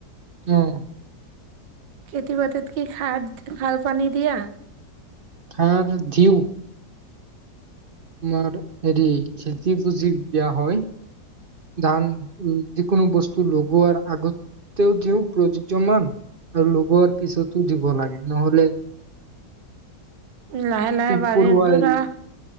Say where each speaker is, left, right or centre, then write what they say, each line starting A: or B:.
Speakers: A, on the right; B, on the right.
A: অ'।
B: কেতিয়াবা <unintelligible> সাৰ-পানী দিয়া।
A: সাৰ দিও। মাৰ হেৰি, খেতি বুজি দিয়া হয়। ধান, যিকোনো বস্তু লগোৱাৰ আগতেও দিও প্ৰযুজ্যমান আৰু লগোৱাৰ পাছতো দিব লাগে নহলে
B: লাহে লাহে
A: পোক পৰুৱাই
B: <unintelligible>